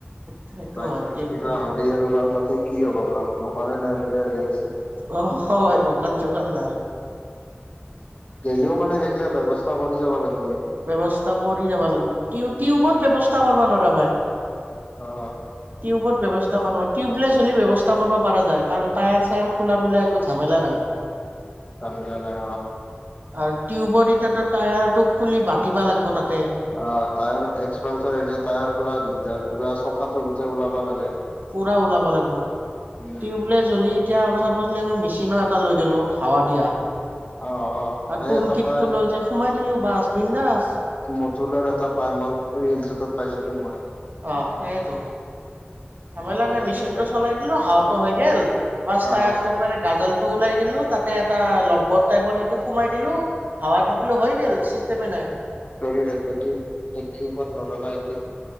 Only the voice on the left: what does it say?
বাই
চান্স
কিবা হ'লেই
আৰু ভাল তাতে কি হ'ব বাৰ দোকানে নাই বোলে আগে
গলেও মানে সেইগিলা ব্যৱস্থা কৰি যাব লাগে
অ',
জামেলা নাই
অ টায়াৰ এক্সপালচাৰ এনে টায়াৰ খোলা দিগদাৰ পূৰা চকাটো গোটেই ওলাবা লাগে
উম,
অ অ
এই
এটা
পাই
মতুলৰ এটা পাই মই ৰিলছ এটাত পাইছিলো মই
হাৱাৰীয়াটো
পাই।
অ',
ধৰি ৰাখতি উমত নৰা ন এইটো